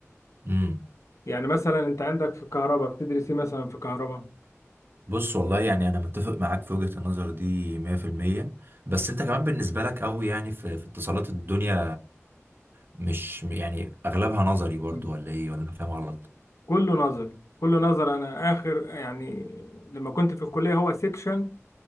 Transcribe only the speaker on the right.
امم
بص والله يعني انا متفق معاك في وجهة النظر دي 100% بس انت كمان بالنسبة لك قوي يعني في, في اتصالات الدنيا مش يعني اغلبها نظري برضو
ولا ايه ولا أنا فاهم غلط